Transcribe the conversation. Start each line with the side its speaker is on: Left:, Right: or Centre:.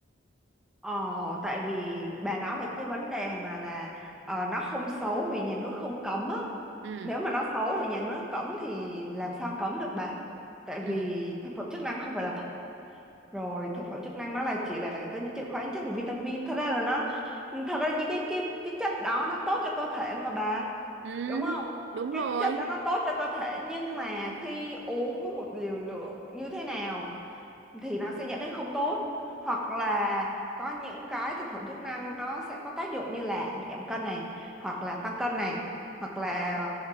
Centre: Ờ tại vì bà nói về cái vấn đề mà là ờ, nó không xấu vì nhà nước không cấm á.
Right: ừ
Centre: Nếu mà nó xấu thì nhà nước cấm thì làm sao cấm được bà? Tại
Right: ừ
Centre: vì thực phẩm chức năng không phải là thuốc. Rồi thực phẩm chức năng nó là chỉ là có những chữ khoáng chất và vitamin. Thật ra là nó thật ra những cái cái cái chất đó nó tốt cho cơ thể mà bà.
Right: ừ
Centre: Đúng không?
Right: đúng
Centre: Cái
Right: rồi
Centre: chất đó nó tốt cho cơ thể nhưng mà khi uống với một liều lượng như thế nào thì nó sẽ dẫn đến không tốt hoặc là có những cái thực phẩm chức năng nó sẽ có tác dụng như là giảm cân này hoặc là tăng cân này hoặc là